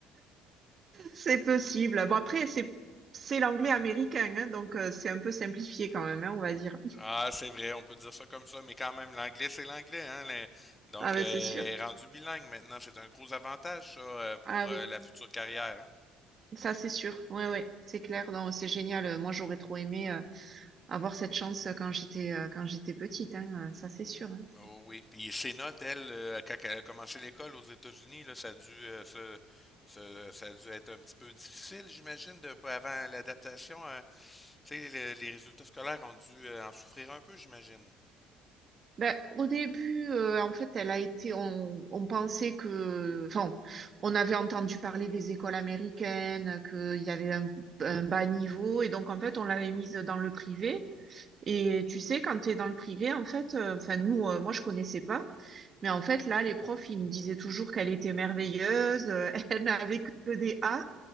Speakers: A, on the right; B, on the left.
A: C'est possible. Bon, après, c'est c'est l'anglais américain, hein, donc euh, c'est un peu simplifié quand même, hein, on va dire.
B: Ah, c'est vrai, on peut dire ça comme ça, mais quand même, l'anglais, c'est l'anglais, hein? les- Donc,
A: Ah ben,
B: euh, elle
A: c'est sûr.
B: est rendu bilingue maintenant. C'est un gros avantage, ça, euh, pour
A: Ah
B: euh,
A: oui,
B: la future carrière, hein?
A: ça c'est sûr. Ouais, ouais, c'est clair. Non, c'est génial. Moi, j'aurais trop aimé euh, avoir cette chance quand j'étais euh, quand j'étais petite, hein, ça c'est sûr. hein.
B: Oh oui. Puis ses notes, elle, euh, quand elle a commencé l'école aux États-Unis, là, ça a dû, euh, se- se- ça a dû être un petit peu difficile, j'imagine, de, avant l'adaptation. euh, Tu sais, les, les résultats scolaires ont dû euh, en souffrir un peu, j'imagine.
A: Ben, au début, euh, en fait, elle a été, on, on pensait que, enfin, on avait entendu parler des écoles américaines, qu'il y avait un, un bas niveau, et donc, en fait, on l'avait mise dans le privé. Et tu sais, quand tu es dans le privé, en fait, euh, enfin, nous, euh, moi, je connaissais pas, mais en fait, là, les profs, ils nous disaient toujours qu'elle était merveilleuse, euh, <laughs> elle n'avait que des A,